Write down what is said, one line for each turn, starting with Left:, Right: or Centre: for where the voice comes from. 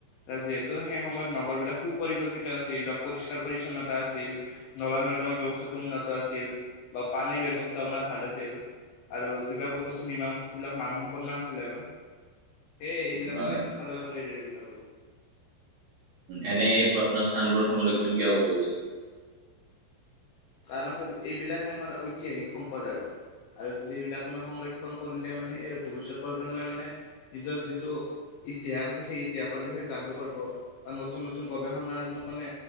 Left: ত যিহেতু সেই সময়ত নগৰ বিলাক সুপকল্পিত আছ- ছিল বা পৰিষ্কাৰ পৰিছন্নতা আছিল নলা নৰ্দমৰ ব্যৱস্থাটো উন্নত আছিল বা পানীৰ ব্যৱ- প্ৰস্তাৱনা ভাল আছিল আৰু যিবিলাক বস্তু নিৰ্মাণ কৰি সেইবিলাক মানসম্পন্ন আছিল আৰু। সেই এইবিলাক
Right: হয়,
Left: মানে শিক্ষা ল'ব পাৰে এইবিলাক।
Right: এনে এই প্ৰত্নস্থানবোৰ সংৰক্ষণ কিয় প্ৰয়োজন?
Left: কাৰণ চাবি এইবিলাকহে আমাৰ ঐতিহাসিক সম্পদ আৰু। আৰু যদি এইবিলাক আমি সংৰক্ষণ কৰিলে মানে সেই আৰু ভৱিষ্যত প্ৰজন্মই মানে নিজৰ যিটো ইতিহাস আছে সেই ইতিহাসৰ বিষয়ে জানিব পাৰিব বা নতুন নতুন গৱেষণাৰ মানে